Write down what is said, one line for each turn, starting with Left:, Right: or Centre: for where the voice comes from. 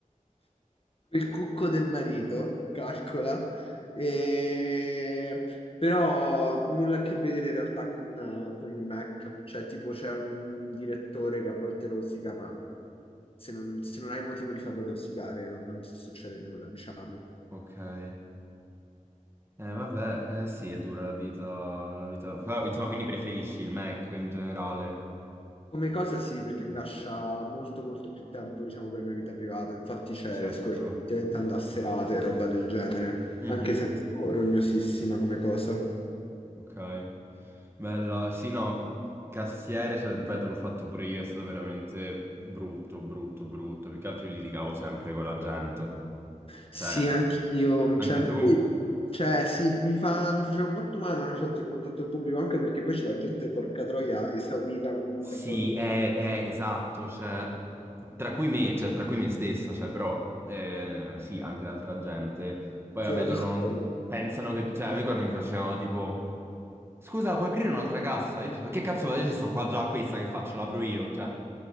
Left: il cucco del marito, calcola. E- Però nulla a che vedere in realtà con, eh, con il Mac, cioè tipo c'è un direttore che a volte rosica, ma se non, se non hai motivo di farlo rosicare non, non ti succede nulla, diciamo.
Right: Ok. Eh, vabbè, eh sì, è dura la vita, la vita- Però, Insomma, quindi preferisci il Mac in generale?
Left: Come cosa sì, perché
Right: Quindi,
Left: mi lascia molto molto più tempo, diciamo, per la mia vita privata, infatti c'è,
Right: Certo.
Left: riesco effettivamente ad andare a serate e roba del genere,
Right: Mhm.
Left: anche se è un po' rognosissima come cosa.
Right: Ok. Bella. Sì, no, cassiere, ce lo ripeto, l'ho fatto pure io, è stato veramente brutto, brutto, brutto. Più che altro io litigavo sempre con la gente.
Left: Sì,
Right: Cioè...
Left: anch'io,
Right: Anche
Left: cioè,
Right: tu?
Left: poi- cioè, sì, mi fa, mi faceva un botto male una chat e contatto il pubblico, anche perché poi c'è la gente, porca troia, esaurita comunque
Right: Sì,
Left: a volte.
Right: è, è- esatto, cioè, tra cui me, cioè, tra cui me stessa, cioè, però eh, sì, anche l'altra gente. Poi
Left: Sì,
Right: vabbè,
Left: ma
Right: loro
Left: tu sei
Right: non
Left: bella.
Right: pensano che, cioè, a me quando mi facevano tipo, scusa, puoi aprire un'altra cassa? Io dicevo, che cazzo vado? Io sto qua già a questa, che faccio? L'apro io, cioè,